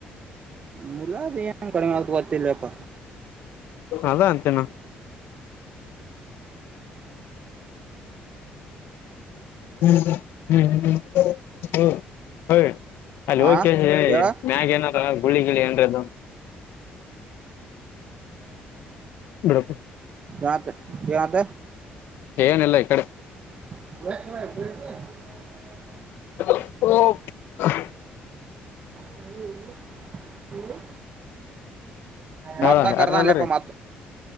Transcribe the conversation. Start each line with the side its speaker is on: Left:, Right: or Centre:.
Right: ಮುಲ ಯನ್ ಕಡಿಮೆ ಆಗ್ತತಲ್ಲ ಬಪ್ಪ
Left: ಅದ ಅಂತೇನ ಹ್ಮ್ ಹ್ಮ ಹ್ಮ್ ಹ್ಮ್ ಹ ಹ ಅಲ್ಲಿ
Right: ಹಾ
Left: ಕೆ
Right: ಹೇಳ
Left: ಮ್ಯಾಗ ಏನಾರ ಗುಳಿ ಗಳಿ ಏನ್ರದು
Right: ಹ <inaudible>
Left: ಬಡಕು <inaudible>
Right: ಯತ್ ಯತ
Left: ಏನ ಇಲ್ಲ ಇ ಕಡೆ
Right: ಬತ <unintelligible>
Left: <inaudible>
Right: ಹ್ಮ <inaudible> ಹ್ಮ
Left: ಹೇಳ
Right: ಮತ
Left: ಯಾರನದ್ರೀ
Right: ಕದ ಅಲ್ಲಪ್ಪ ಮ